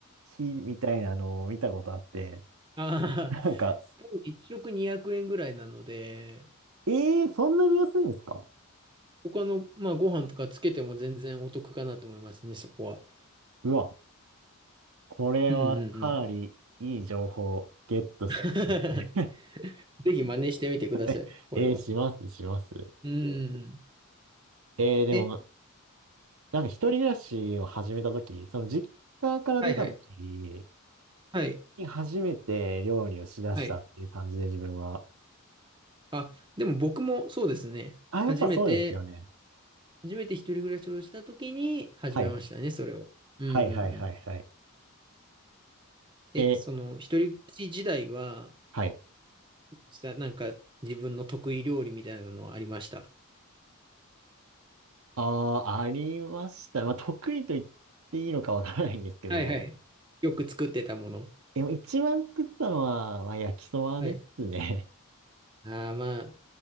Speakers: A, on the right; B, on the right.
A: 日みたいなのを見たことあって、
B: ああ、
A: なんか、
B: 多分1食200円ぐらいなので、
A: えー、そんなに安いんですか
B: 他の、まあ、ご飯とかつけても全然お得かなと思いますね、そこは。
A: うわ、これはかなりいい情報をゲットしましたね
B: うんうんうん。<laughs> ぜひ真似してみてください、
A: <laughs>
B: これは。
A: えー、します、します。
B: うんうんうん。
A: えー、でも、
B: え、
A: なんか一人暮らしを始めたとき、その実家から出たとき
B: はいはい。はい。
A: に初めて料理をしだしたっていう感じで自分は。
B: はいあ、でも僕もそうですね。
A: あ、
B: 初めて、
A: やっぱそうですよね。
B: 初めて一人暮らしをした時に始めましたね、
A: はい。
B: それを。うんうんうん。
A: はいはいはいはい。
B: え、
A: え、
B: その一人暮らし時代は、
A: はい。
B: したなんか自分の得意料理みたいなのはありました。
A: ああ、ありました。まあ、得意と言っていいのかわからないんですけど、
B: はいはい。よく作ってたもの。
A: でも一番作ったのは、まあ、焼きそばですね。
B: はい。ああ、まあ、